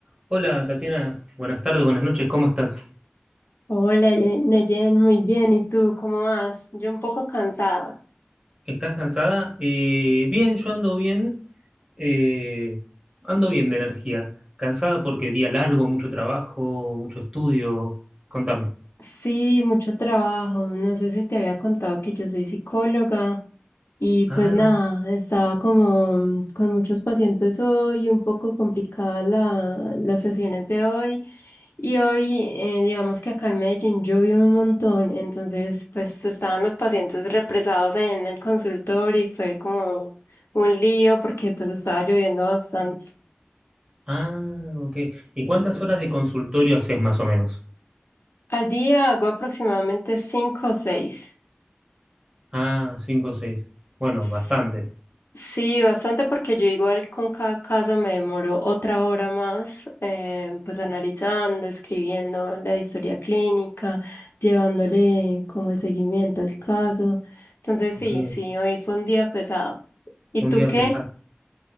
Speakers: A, on the right; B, on the left.
A: Hola Tatiana, buenas tardes, buenas noches, ¿cómo estás?
B: Hola, Ye- Neyen, muy bien. ¿Y tú cómo vas? Yo un poco cansada.
A: ¿Estás cansada? Eh, bien, yo ando bien, eh, ando bien de energía. Cansada porque día largo, mucho trabajo, mucho estudio. Contame.
B: Sí, mucho trabajo. No sé si te había contado que yo soy psicóloga y pues
A: Ah,
B: nada,
A: no.
B: estaba como mm, con muchos pacientes hoy, un poco complicada la, las sesiones de hoy. Y hoy, eh, digamos que acá en Medellín llovió un montón, entonces pues estaban los pacientes represados ahí en el consultorio y fue como un lío porque pues estaba lloviendo bastante.
A: Ah, ok. ¿Y cuántas horas de consultorio haces más o menos?
B: Al día hago aproximadamente cinco o seis.
A: Ah, cinco o seis. Bueno,
B: Sí,
A: bastante.
B: sí, bastante porque yo igual con cada caso me demoro otra hora más, eh, pues analizando, escribiendo la historia clínica, llevándole como el seguimiento al caso. Entonces sí,
A: Ok,
B: sí, hoy fue un día pesado. ¿Y
A: un
B: tú
A: día
B: qué?
A: pesado.